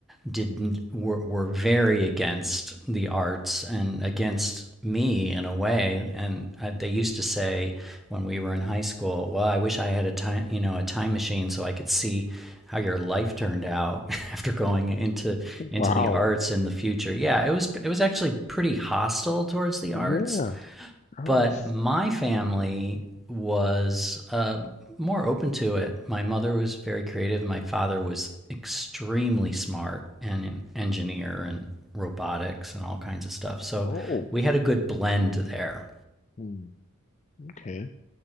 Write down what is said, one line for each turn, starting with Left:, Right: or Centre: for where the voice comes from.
Centre: didn't were, were very against the arts and against me in a way. And I, they used to say when we were in high school, "Well, I wish I had a time, you know, a time machine so I could see how your life turned out <laughs> after going into into
Left: Wow.
Centre: the arts in the future." Yeah, it was it was actually pretty hostile towards the arts,
Left: Yeah. that's-
Centre: but my family was more open to it. My mother was very creative. My father was extremely smart and an engineer
Left: hmm.
Centre: and robotics and all kinds of stuff. So
Left: Oh.
Centre: we had a good blend there.
Left: hmm, Okay.